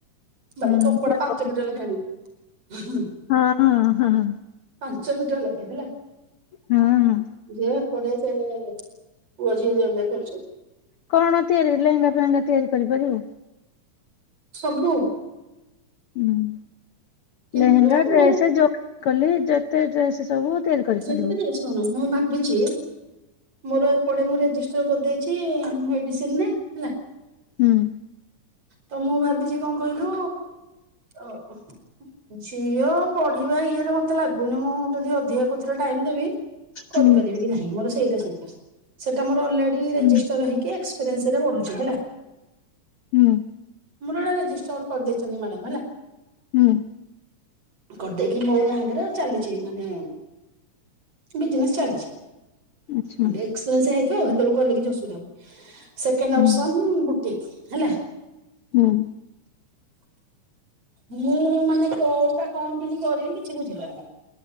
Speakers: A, on the right (about 50°); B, on the left (about 65°).
A: ବାକି
B: ହୁଁ
A: କପଡ଼ା
B: ଝିଅ
A: ପାଞ୍ଚ
B: କଣ
A: ମିିଟର ଲେଖା ଆଣିବି।
B: ହଁ ହଁ ହଁ ହଁ।
A: ପାଞ୍ଚ ମିଟର ଲାଖେ ହେଲା।
B: ହଁ ହଁ
A: ଯେ ପଡିଆ ସେଲରେ ପୁଅ ଝିଅ ଦିଜଣ ଯାକ ଖେଳୁଛନ୍ତି।
B: କଣ ତିଆରି ଲେହେଙ୍ଗା ଫେହେଙ୍ଗା ତିଆରି କରିପାରିବୁ?
A: ସବୁ।
B: ହୁଁ
A: କିନ୍ତୁ
B: ଲେହେଙ୍ଗା ଡ୍ରେସେ
A: ମାନେ
B: ଯୋଉ କଲି ଯେତେ ଡ୍ରେସ୍ ସବୁ। ତିଆରି କରିପାରିବୁ।
A: ଯେମିତି ଶୁଣ ମୁଁ ଭାବିଛି। ମୋର ଏପଡେ ମୁଁ ରେଜିଷ୍ଟର କରିଦେଇଛି ମେଡିସିନରେ ହେଲା।
B: ହୁଁ।
A: ତ ମୁଁ ଭାବିଛି କଣ କହିଲୁ ଅ ଝିଅ ପଢିବା ଇଏରେ ମତେ ଲାଗୁନି ମୁଁ ଯଦି ଅଧିକା କୋଉଥିରେ ଟାଇମ୍ ଦେବି କରିପାରିବି
B: ହୁଁ
A: କି ନାହିଁ ମୋର ସେଇଟା ଚିନ୍ତା। ସେଟା ମୋର ଅଲରେଡି ରେଜିଷ୍ଟର
B: ହୁଁ
A: ହେକି ଏକ୍ସପିରିଏନ୍ସ ରେ ବଢୁଛି ହେଲା।
B: ହୁଁ
A: ମୋର ଏଟା ରେଜିଷ୍ଟର କରିଦେଇଛନ୍ତି ମାଡାମ୍ ହେଲା।
B: ହୁଁ
A: କରିଦେଇକି ମୋ ନାକୀରେ ନା ଚାଲିଛି ମାନେ। ବିଜନେସ୍ ଚାଲିଛି।
B: ଆଚ୍ଛା
A: ଆଡେ ଏକ୍ସପେନ୍ସ ହେଇଥିବ ହେତେବେଲକୁ କଲେ କିଛି ଅସୁବିଧା ହବନି ସେକେଣ୍ଡ
B: ହୁଁ।
A: ଅପ୍ସନ୍ ବୁ ଟିକ୍ ହେଲା।
B: ହୁଁ।
A: ମୁଁ ମାନେ କଉଟା କଣ କେମି କରିବି କିଛି ବୁଝିପାରୁନି।